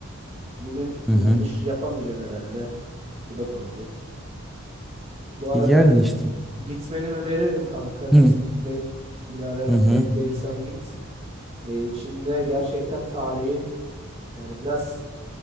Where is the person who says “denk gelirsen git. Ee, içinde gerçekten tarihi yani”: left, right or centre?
Right